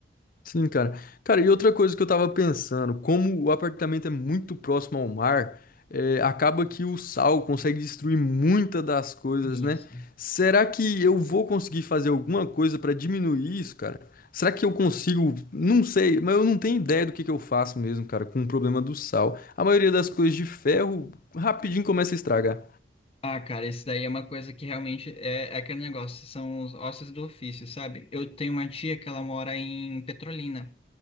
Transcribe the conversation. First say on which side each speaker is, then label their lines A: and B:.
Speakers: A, on the left; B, on the left.
A: Sim, cara. Cara, e outra coisa que eu tava pensando, como o apartamento é muito próximo ao mar, é, acaba que o sal consegue destruir muitas das coisas,
B: Isso.
A: né? Será que eu vou conseguir fazer alguma coisa pra diminuir isso, cara? Será que eu consigo? Não sei, mas eu não tenho ideia do que que eu faço mesmo, cara, com o problema do sal. A maioria das coisas de ferro rapidinho começa a estragar.
B: Ah, cara, isso daí é uma coisa que realmente é, é aquele negócio, são os ossos do ofício, sabe? Eu tenho uma tia que ela mora em Petrolina.